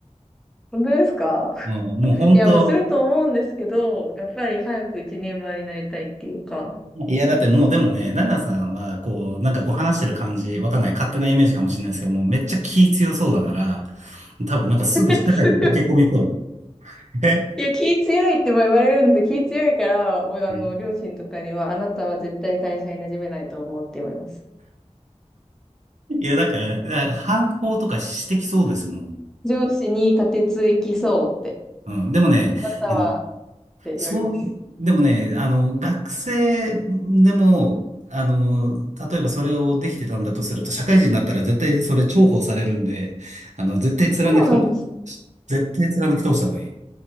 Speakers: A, in the centre; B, on the right (about 80°).
A: 本当ですか
B: もう、もう本当、
A: <laughs> いや、まあすると思うんですけど、やっぱり早く一人前になりたいっていうか。
B: いや、だってもうでもね、ナナさんは、こう、なんかこう話してる感じ、わかんない、勝手なイメージかもしれないですけど、もうめっちゃ気強そうだから、多分なんかすぐ社会に溶け込みそう。
A: <laughs> 強い
B: <laughs> え
A: いや、気強いってまあ言われるんですけど、気強いから、おあの、
B: うん
A: 両親とかには、あなたは絶対会社に馴染めないと思うって言われます。
B: いや、だから、だから反抗とかしてきそうですもん。
A: 上司に立てつきそうって、
B: うん。でもね、
A: あなたは
B: あの
A: って言われます。
B: そういう、でもね、あの、学生でも、あの、例えばそれをできてたんだとすると、社会人になったら絶対それ重宝されるんで、あの、絶対貫き通、
A: そうなんです。
B: 絶対貫き通した方がいい。